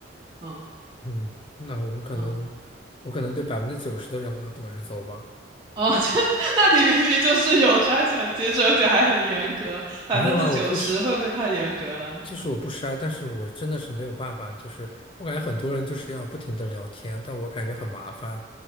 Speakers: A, on the right (about 25°); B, on the left (about 30°).
A: 嗯
B: 嗯，那我可能，
A: 嗯。
B: 我可能对百分之九十的人我都躲着走吧。
A: 哦，这 <laughs> 那你明明就是有筛选机制，而且还很严格，百分之九十会不会太严格了？
B: 没有啊，我不是，就是我不筛，但是我真的是没有办法，就是我感觉很多人就是要不停的聊天，但我感觉很麻烦。